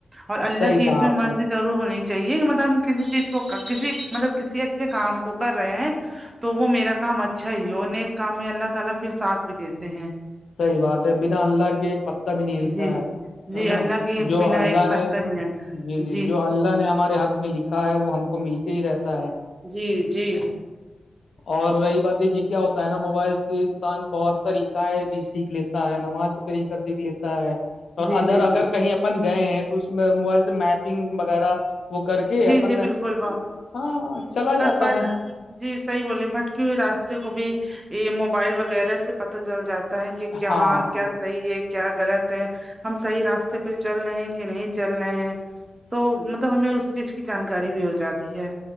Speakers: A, on the right (about 25°); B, on the left (about 70°).
A: اور اللہ
B: صحیح
A: کی اس
B: کہا
A: میں
B: آپ
A: مرضی
B: نے
A: ضرور ہونی چاہیے مطلب ہم کسی چیز کو کسی مطلب کسی اچھے کام کو کر رہے ہیں تو وہ میرا کام اچھا ہی ہے اور نیک کام میں اللہ تعالی پھر ساتھ بھی دیتے ہیں
B: صحیح بات ہے بنا اللہ کے ایک پتا بھی نہیں ہلتا
A: جی
B: ہے
A: جی
B: ہے نا
A: اللہ کے
B: جو
A: بنا
B: اللہ
A: ایک پتا
B: نے
A: بھی نہیں
B: جی جی جو اللہ نے نے ہمارے حق میں لکھا ہے وہ ہم کو مل کے ہی رہتا ہے
A: جی جی
B: اور رہی بات دیکھیے کیا ہوتا ہے نا موبائل سے انسان بہت طریقہ بھی سیکھ لیتا ہے نماز کو طریقہ سیکھ لیتا ہے اور
A: جی
B: اگر
A: جی
B: اگر
A: جی
B: کہیں آپن گئے ہیں تو اس میں موبائل سے میپنگ وغیرہ وہ کر کے
A: جی
B: آپن
A: جی بالکل
B: ہاں چلا جاتا
A: بٹ
B: ہے
A: جی صحیح بولے بھٹکے ہوئی راستے کو بھی یہ موبائل وغیرہ سے پتہ چل جاتا ہے کہ کہاں
B: ہاں ہاں
A: کیا صحیح ہے کیا غلط ہے ہم صحیح راستے پہ چل رہے ہیں کہ نہیں چل رہے ہیں تو مطلب ہمیں اس چیز کی جانکاری بھی ہو جاتی ہے